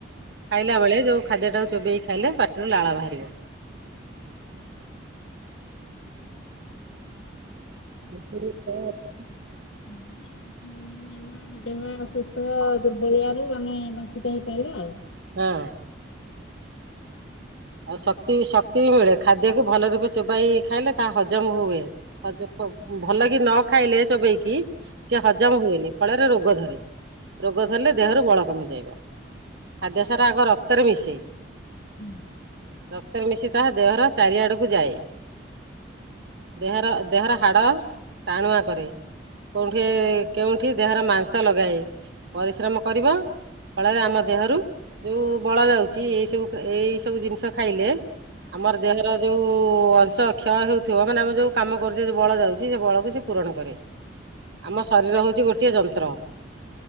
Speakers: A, on the right; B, on the left.
A: ଖାଇଲା ବେଳେ ଯୋଉ ଖାଦ୍ୟ ଟାକୁ ଚୋବେଇକି ଖାଇଲେ ପାଟିରୁ ଲାଳ ବାହାରିବ। <unintelligible>
B: <unintelligible> ହଁ ଆମ ଦେହ ଅସୁସ୍ଥ ଦୁର୍ବଳିଆ ରୁ ଆମେ ବଞ୍ଚିତ ହେଇପାରିବା ଆଉ।
A: ହଁ। ଆଉ ଶକ୍ତି ଶକ୍ତି ବି ମିଳେ, ଖାଦ୍ୟକୁ ଭଲ ରୂପେ ଚୋବାଇ ଖାଇଲେ ତାହା ହଜମ ହୁଏ। ହଜ ଭଲ କି ନ ଖାଇଲେ ଚୋବେଇକି ସିଏ ହଜମ ହୁଏନି ଫଳରେ ରୋଗ ଧରେ ରୋଗ ଧରିଲେ ଦେହରୁ ବଳ କମିଯାଇବ। ଖାଦ୍ୟ ସାର ଆଗ ରକ୍ତରେ ମିଶେ।
B: ହୁଁ।
A: ରକ୍ତରେ ମିଶି ତାହା ଦେହର ଚାରିଆଡ଼କୁ ଯାଏ। ଦେହର ଦେହର ହାଡ଼ ଟାଣୁଆ କରେ। କଉଁଠି କେଉଁଠି ଦେହର ମାଂସ ଲଗାଏ ପରିଶ୍ରମ କରିବ। ଫଳରେ ଆମ ଦେହରୁ ଯୋଉ ବଳ ଯାଉଛି ଏଇ ସବୁ ଏଇ ସବୁ ଜିନିଷ ଶ ଖାଇଲେ ଆମର ଦେହର ଯୋଉ ଅଂଶ କ୍ଷୟ ହେଉଥିବ ମାନେ ଆମେ ଯୋଉ କାମ କରୁଛେ ଯୋଉ ବଳ ଯାଉଛି ସେ ବଳକୁ ସେ ପୂରଣ କରେ। ଆମ ଶରୀର ହଉଛି ଗୋଟିଏ ଯନ୍ତ୍ର।